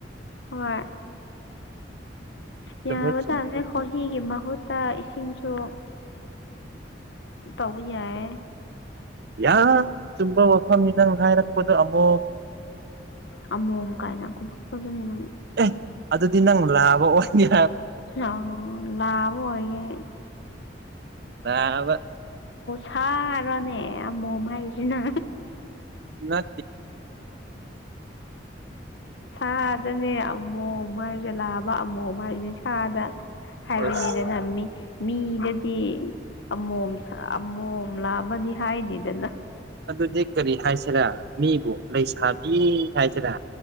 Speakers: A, on the left; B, on the right.
A: ꯍꯣꯏ
B: ꯆꯨꯝꯃꯦ
A: ꯌꯥꯝꯕ
B: ꯆꯨꯝꯃꯦ
A: ꯇꯥ ꯍꯣꯍꯤꯒꯤ ꯃꯍꯨꯠꯇ ꯏꯁꯤꯡ ꯆꯣ ꯇꯧꯕ ꯌꯥꯏ
B: ꯌꯥꯝ ꯆꯨꯝꯕ ꯋꯥꯐꯝꯅꯤ ꯅꯪ ꯍꯥꯏꯥꯏꯔꯛꯄꯗꯣ ꯑꯃꯨꯣꯝ
A: ꯑ ꯃꯣꯝ ꯀꯥꯏꯅ ꯈꯨꯕ ꯐꯖꯅꯅ
B: ꯑꯦ ꯑꯗꯨꯗꯤ ꯅꯪ ꯂꯥꯕ ꯑꯣꯏꯒꯦ
A: ꯑ ꯂꯕ ꯑꯣꯏꯌꯦꯦ
B: ꯕ
A: ꯁꯔꯅꯦ ꯌꯥꯝ ꯃꯣꯝꯃ ꯍꯥꯏꯁꯤꯅ
B: ꯅ
A: ꯁꯥꯗꯅꯦ ꯑꯃꯣꯝ ꯍꯥꯏꯔꯁꯂꯛꯑꯕ ꯑꯃꯣꯝ ꯍꯥꯏꯔꯤꯗꯤ ꯁꯥꯗ ꯍꯥꯏꯅꯤꯗ
B: ꯑꯁ
A: ꯅꯃꯤ ꯃꯤꯗꯗꯤ ꯑꯃꯣꯝ ꯑꯃꯣꯝ ꯂꯥꯛꯑꯕꯗꯤ ꯍꯥꯏꯗꯦꯗꯅ
B: ꯑꯗꯨꯗꯤ ꯀꯔꯤ ꯍꯥꯏꯁꯤꯔꯥ ꯃꯤꯕꯨ ꯂꯩꯁꯥꯕꯤ ꯍꯥꯏꯁꯤꯔꯥ